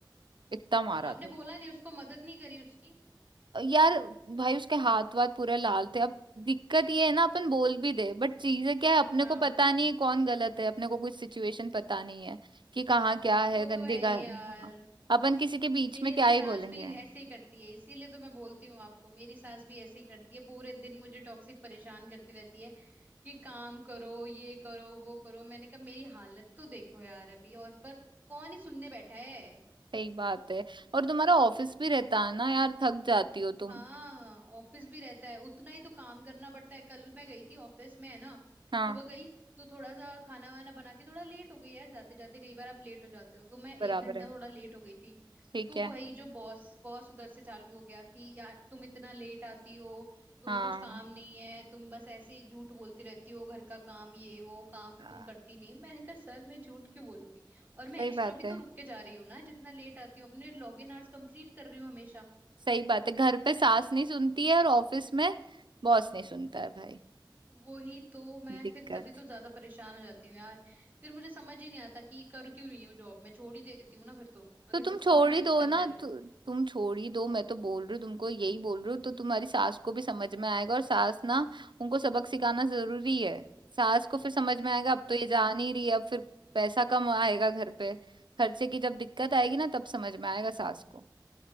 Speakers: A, on the right (about 70°); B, on the right (about 20°).
A: इतना मारा
B: हाँ आपने
A: था
B: बोला नहीं उसको मदद नहीं करी उसकी
A: यार भाई उसके हाथ वाथ पूरे लाल थे अब दिक्कत ये है ना अपन बोल भी दे बट चीजें क्या है अपने
B: हाँ
A: को पता नहीं है कौन गलत है अपने को कोई सिचुएशन पता नहीं है कि कहाँ क्या है
B: वो
A: गंदी
B: तो है ही
A: का हाँ।
B: यार
A: अपन किसी के बीच
B: मेरी
A: में क्या ही
B: सास
A: बोलेंगे
B: भी ऐसे ही करती है इसीलिए तो मैं बोलती हूँ आपको मेरी सास भी ऐसे ही करती है पूरे दिन मुझे टॉक्सिक परेशान करती रहती है कि काम करो ये करो वो करो मैंने कहा मेरी हालत तो देखो यार अभी और पर कौन ही सुनने बैठा है
A: सही बात है और तुम्हारा ऑफिस भी रहता है ना यार थक जाती हो तुम
B: हाँ ऑफिस भी रहता है उतना ही तो काम करना पड़ता है कल मैं गई थी ऑफिस में है ना
A: हाँ
B: सुबह गई तो थोड़ा सा खाना वाना बना के थोड़ा लेट हो गई यार जाते जाते कई बार आप लेट हो जाते हो तो मैं एक
A: बराबर
B: घंटा
A: है
B: थोड़ा लेट हो गई थी
A: ठीक
B: तो
A: है
B: भाई जो बॉस बॉस उधर से चालू हो गया कि यार तुम इतना लेट आती हो तुम्हें
A: हाँ
B: कुछ काम नहीं है तुम बस ऐसे ही झूठ बोलती रहती हो घर का काम ये वो काम तो
A: हाँ,
B: तुम करती नहीं मैंने कहा सर मैं झूठ क्यों बोलूंगी और मैं
A: सही
B: एक्स्ट्रा
A: बात
B: भी
A: है
B: तो रुक के जा रही हूँ ना जितना लेट आती हूँ अपने लॉगिन आवर्स कंप्लीट कर रही हूँ हमेशा
A: सही बात है घर पे सास नहीं सुनती है और ऑफिस में बॉस नहीं सुनता है भाई
B: वही तो मैं
A: दिक्कत
B: फिर तभी तो ज्यादा परेशान हो जाती हूँ यार फिर मुझे समझ ही नहीं आता कि कर क्यों रही हूँ जॉब मैं छोड़ ही देती हूँ ना फिर तो अगर
A: तो तुम
B: सब
A: छोड़
B: कुछ ही मैनेज
A: ही दो
B: करना
A: ना
B: है तो
A: तु, तुम छोड़ ही दो मैं तो बोल रही हूँ तुमको यही बोल रही हूँ तो तुम्हारी सास को भी समझ में आएगा और सास ना उनको सबक सिखाना जरूरी है सास को फिर समझ में आएगा
B: हम्म
A: अब तो ये जा नहीं रही है अब फिर पैसा कम आएगा घर पे खर्चे की जब दिक्कत आएगी ना तब समझ में आएगा सास को